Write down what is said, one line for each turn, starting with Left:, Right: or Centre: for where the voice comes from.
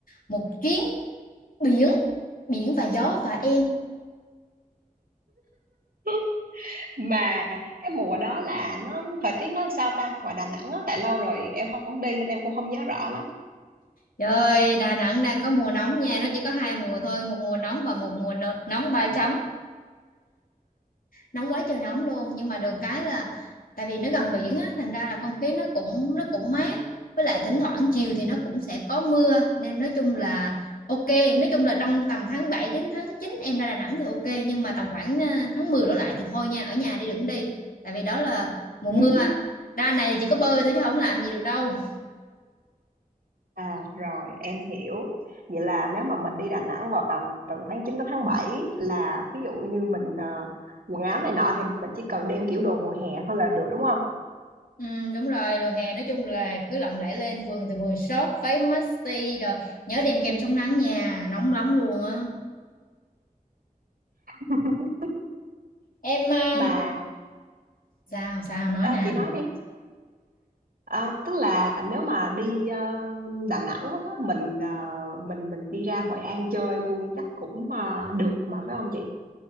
Left: một chuyến biển, biển và gió và em.
Right: <laughs> mà cái mùa đó là nó thời tiết nó làm sao ta ngoài Đà Nẵng á tại lâu rồi em không đi nên em cũng không nhớ rõ lắm
Left: Trời ơi, Đà Nẵng đang có mùa nóng nha, nó chỉ có hai mùa thôi, một mùa nóng và một mùa no- nóng ba chấm. nóng quá trời nóng luôn nhưng mà được cái là tại vì nó gần biển á thành ra là không khí nó cũng nó cũng mát với lại thỉnh thoảng chiều thì nó cũng sẽ có mưa nên nói chung là ok nói chung là trong tầm tháng 7 đến tháng 9 em ra Đà Nẵng thì ok nhưng mà tầm khoảng à, tháng 10 đổ lại thì thôi nha ở nhà đi đừng đi tại vì đó là mùa
Right: Ừ.
Left: mưa
Right: <laughs>
Left: ra này chỉ có bơi thôi chứ không làm gì được đâu
Right: À rồi em hiểu. Vậy là nếu mà mình đi Đà Nẵng vào tầm từ tháng 9 đến tháng bảy là ví dụ như mình ờ, quần áo này nọ thì mình chỉ cần đem kiểu đồ mùa hè thôi là được đúng không?
Left: ừ, đúng rồi đồ hè nói chung là cứ lộng lẫy lên quần thì quần short váy maxi rồi nhớ đem kem chống nắng nha nóng lắm luôn á
Right: <laughs>
Left: em ờ,
Right: Mà
Left: sao sao nói
Right: ờ,
Left: nè
Right: chị nói đi. Ờ, tức là nếu mà đi ờ, Đà Nẵng á, mình ờ, mình mình đi ra Hội An chơi luôn chắc cũng ờ, được mà phải không chị?